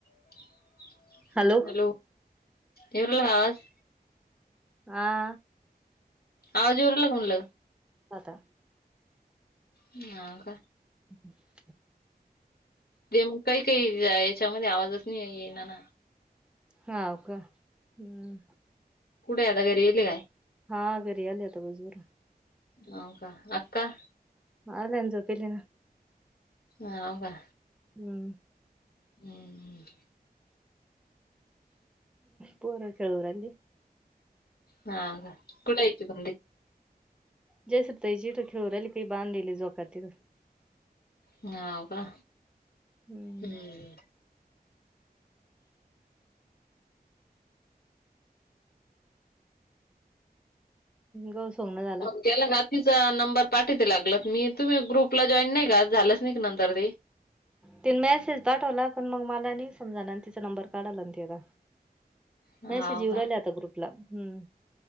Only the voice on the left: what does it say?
<inaudible>
Hello, इवलाला का आवाज?
आवाज इवलाला का म्हटलं?
हं का?
ते काही काही याच्यामध्ये आवाजच नाही येईना, ना?
कुठेय आता घरी गेले काय?
हो का, अक्का?
हो का?
हं.....
हा का? कुठे आहे ती समदी?
हो का?
हं
मग त्याला गं, तिचा नंबर पाठवते, लागलं तर. मी, तुम्ही ग्रुपला जॉईन नाही का? झालंच नाही, नंतर ते
हो
का